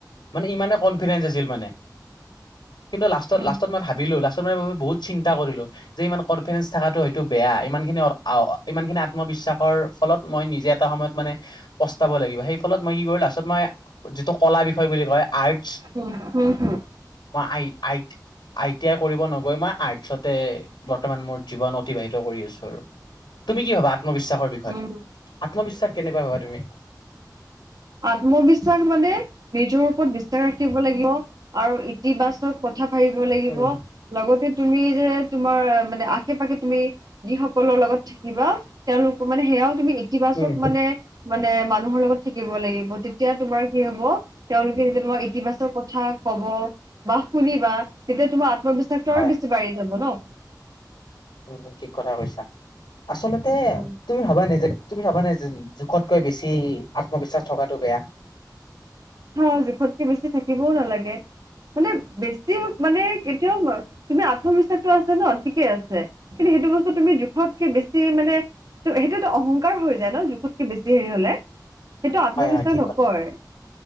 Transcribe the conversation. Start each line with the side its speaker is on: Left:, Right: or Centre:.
Left: মানে ইমানেই কনফিডেঞ্চ আছিল মানে। কিন্তু লাষ্টত, লাষ্টত
Right: উম
Left: মই ভাবিলোঁ লাষ্ট মই বহুত চিন্তা কৰিলোঁ যে ইমান কনফিডেঞ্চ বেয়া ইমানখিনি অহ ইমানখিনি আত্মবিশ্বাসৰ ফলত মই নিজে এটা সময়ত মান প্ৰস্তাব প্ৰস্তাৱ লাগিব সেই ফলত মই কি কৰিলোঁ ৰাষ্ট্ৰ মই যিটো ক'লা বিষয় বুলি কয়, আৰ্ট
Right: হম, হম, হম।
Left: আই, আই টি আই কৰিব নগৈ মই আৰ্টছতে বৰ্তমান মোৰ জীৱন অতিবাহিত কৰি আছোঁ আৰু। তুমি কি ভাবা আত্মবিশ্বাস বিষয়ে,
Right: উম উম উম
Left: আত্মবিশ্বাস কেনেকুৱা ভবা তুমি?
Right: আত্মবিশ্বাস মানে নিজৰ ওপৰত বিশ্বাস ৰাখিব লাগিব আৰু ইতিবাচক কথা ভাবিব লাগিব,
Left: উম
Right: লগতে তুমি যে তোমাৰ মানে আশে-পাশে তুমি যিসকলৰ লগত থাকিবা তেওঁলোক মানে সেয়াও তুমি ইতিবাচক
Left: উম
Right: মানে, মানে মানুহৰ লগত থাকি থাকিব লাগিব তেতিয়া তোমাৰ কি হ'ব, তেওঁলোকে যেতিয়া তোমাৰ ইতিবাচৰ কথা কব বা শুনিবা তেতিয়া তোমাৰ আত্মবিশ্বাসতটো
Left: হয়
Right: আৰু বেছি বাঢ়ি যাব ন'।
Left: উম, ঠিক কথা কৈছা আচলতে
Right: উম
Left: তুমি ভাবা নে যে, তুমি ভাবা নাই যে উম, জোখতকৈ বেছি আত্মবিশ্বাস থকাটো বেয়া।
Right: হা, জোখতকে বেছি থাকিবও নালাগে, মানে বেছি হওঁক মানে কেতিয়াও তুমি আত্মবিশ্বাসটো আছে ন' ঠিকে আছে, কিন্তু সেইটো বস্তু তুমি জোখতকে বেছি মানে ত' সেইটো অহংকাৰ হৈ যায় ন' জোখতকে বেছি হেৰি হ'লে। সেইটো আত্মবিশ্বাস
Left: হয় হয় ঠিক
Right: নকয়।
Left: কথা